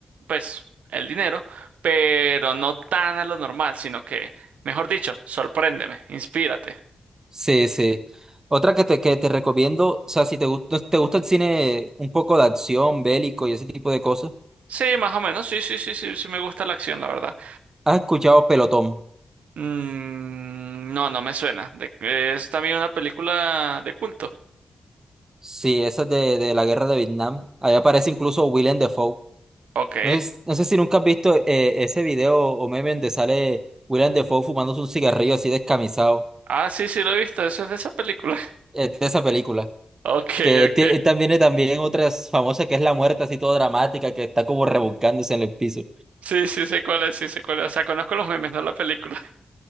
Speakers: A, on the right; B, on the right.
A: pues, el dinero, pero no tan a lo normal, sino que, mejor dicho, sorpréndeme, inspírate.
B: Sí, sí. Otra que te, que te recomiendo, o sea, si te gusta, te gusta el cine un poco de acción, bélico y ese tipo de cosas,
A: Sí, más o menos, sí, sí, sí, sí, sí me gusta la acción, la verdad.
B: ¿has escuchado Pelotón?
A: Mm, no, no me suena. De- es también una película de culto.
B: Sí, esa es de, de la guerra de Vietnam. Ahí aparece incluso Willem Dafoe.
A: Ok.
B: No es- no sé si nunca has visto eh, ese video o meme donde sale William Defoe fumándose un cigarrillo así descamisado
A: Ah, sí, sí, lo he visto, eso es de esa película.
B: eh, de esa película.
A: Ok,
B: Que
A: ok.
B: tie- eh, también también otra famosa que es La Muerte, así toda dramática, que está como revolcándose en el piso.
A: Sí, sí, sé cuál es, sí, sé cuál es. O sea, conozco los memes, no la película. <laughs>